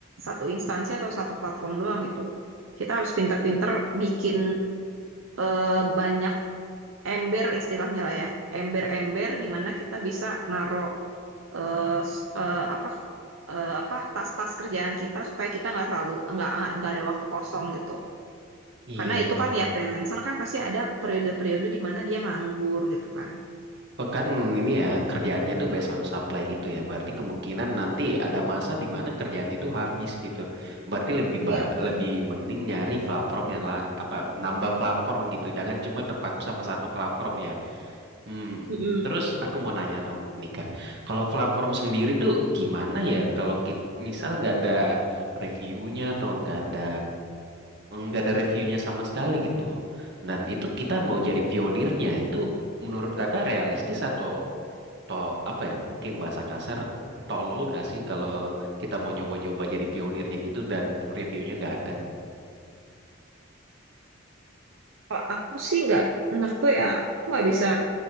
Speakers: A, on the right; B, on the right.
A: satu instansi atau satu platform doang gitu. Kita harus pinter-pinter bikin eh, banyak ember istilahnya lah ya. Ember-ember di mana kita bisa naro eh, s- eh, apa eh, apa tas-tas kerjaan kita supaya kita nggak selalu nggak nggak ada waktu kosong gitu.
B: iya,
A: Karena itu
B: iya.
A: kan
B: iya.
A: ya freelancer kan pasti ada periode-periode di mana dia nganggur gitu kan.
B: Pekan ini ya kerjaannya tuh based on supply gitu ya. Berarti kemungkinan nanti ada masa di mana kerjaan itu habis gitu. Berarti lebih
A: Iya,
B: ba-
A: betul.
B: lebih mending nyari platform yang la- apa nambah platform gitu. Jangan cuma terpaku sama satu platform ya. Hmm.
A: Mm-mm.
B: Terus aku mau nanya dong Nika, kalau platform sendiri tuh gimana ya kalau kita misal nggak ada reviewnya atau nggak ada nggak ada reviewnya sama sekali gitu. Dan itu kita mau jadi pionirnya itu menurut kakak realistis atau to apa ya mungkin bahasa kasar tolol gak sih kalau kita mau nyoba-nyoba jadi pionirnya gitu dan reviewnya nggak ada
A: Kalau aku sih nggak, menurutku ya aku nggak bisa